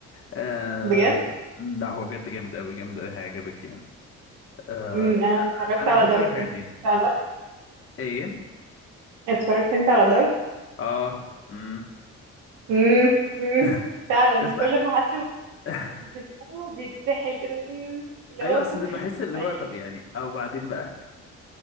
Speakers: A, on the left; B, on the right.
A: آه
B: بجد
A: لا هو بجد جامد قوي جامد قوي هيعجبك يعني آه
B: مم. انا اتفرجت
A: انا
B: على
A: بحب
B: دارك
A: قوي الحاجات
B: انت
A: دي
B: اتفرجت على دارك
A: ايه
B: اتفرجت انت على دارك
A: اه امم
B: امم امم
A: <laughs>
B: فعلا
A: بس بقى
B: كل ما حد
A: <laughs>
B: بتسأله بيتسحل كده امم اللي
A: ايوه
B: هو
A: اصل
B: فكر
A: بحس
B: في
A: اللي هو
B: اي
A: طب يعني او بعدين بقى